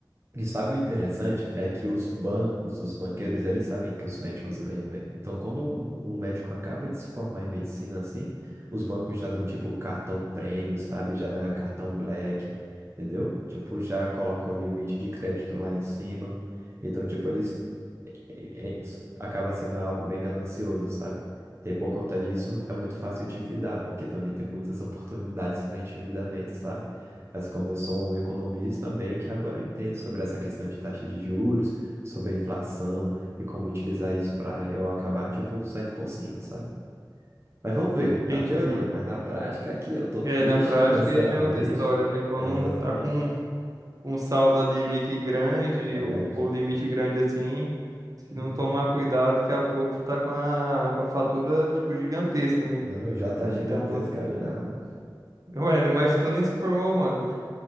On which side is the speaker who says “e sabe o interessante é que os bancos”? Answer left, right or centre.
Right